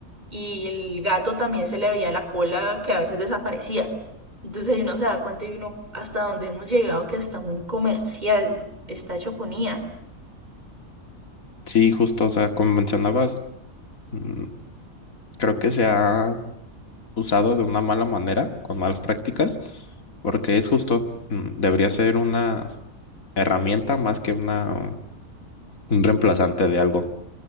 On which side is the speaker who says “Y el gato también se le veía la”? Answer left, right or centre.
Right